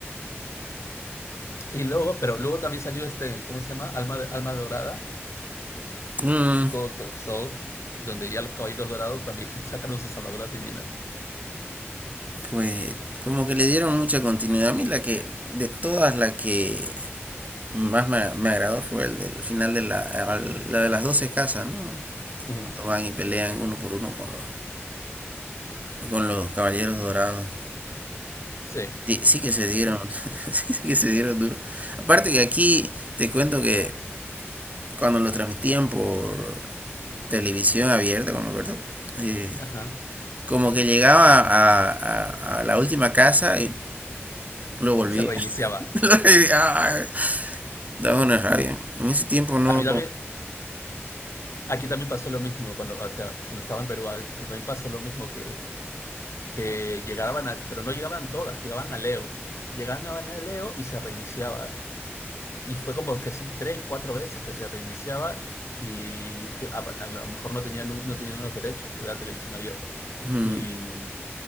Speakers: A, on the left (about 80°); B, on the right (about 35°).
A: Y luego, pero luego también salió este, ¿cómo se llama? Alma, Alma Dorada,
B: Mm,
A: God of Soul, donde ya los caballeros dorados también <laughs> sacaron sus armaduras divinas.
B: Pues como que le dieron mucha continuidad. A mí la que, de todas las que más me, me agradó fue el del final de la, al- la de las 12 casas, ¿no?
A: Mm,
B: Cuando van y pelean uno por uno con los, con los caballeros dorados.
A: sí,
B: Sí, sí que se dieron,
A: sí,
B: <laughs> sí que se dieron duro. Aparte que aquí te cuento que cuando lo transmitían por televisión abierta, como me acuerdo, eh,
A: ajá.
B: como que llegaba a, a- a la última casa y lo volvía.
A: Y se reiniciaba.
B: <laughs> Daba una rabia. En ese tiempo no.
A: A mí también, aquí también pasó lo mismo, cuando, o sea, cuando estaba en Perú, a mí también pasó lo mismo que, que llegaban, a, pero no llegaban todas, llegaban a Leo. Llegaban a Leo y se reiniciaba. Y fue como que sí, tres, cuatro veces que se reiniciaba y que a, a lo mejor no tenían, no tenían los derechos porque era televisión abierta.
B: mm,
A: Y,